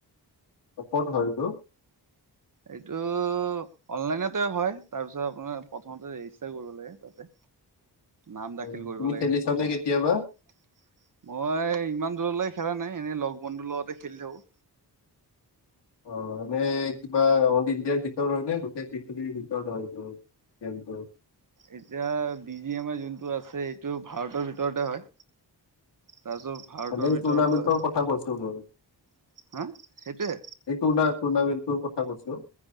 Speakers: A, on the left; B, on the right.
A: ক'ত হয়টো।
B: এইটো অনলাইনতে হয় তাৰ পাছত আপোনাৰ প্ৰথম ৰেজিষ্টাৰ কৰিব লাগে তাতে। নাম দাখিল
A: অ,
B: কৰিব
A: তুমি
B: লাগে
A: খেলিছানে
B: প্ৰথমতে
A: কেতিয়াবা?
B: মই ইমান দূৰলেই খেলা নাই এনেই লগ বন্ধুৰ লগতে খেলি থাকো।
A: অ মানে কিবা অল ইণ্ডিয়াৰ ভিতৰত হয়নে গোটেই পৃথিৱীৰ ভিতৰত হয়টো খেলটো।
B: এতিয়া বি এম আই যোনটো আছে এইটো ভাৰতৰ ভিতৰতে হয়। তাৰপিছত ভাৰতৰ
A: মানে
B: ভিতৰৰ
A: টুৰ্নামেন্টৰ
B: পৰা
A: কথা কৈছো মই।
B: হা সেইটোৱে।
A: এই টুৰ্ণা টুৰ্ণামেণ্টটোৰ কথা কৈছো।